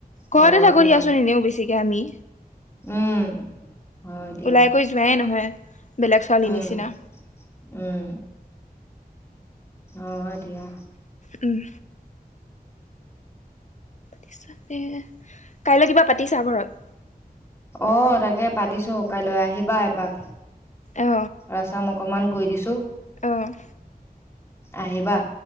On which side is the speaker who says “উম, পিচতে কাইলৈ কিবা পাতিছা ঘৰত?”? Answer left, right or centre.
Left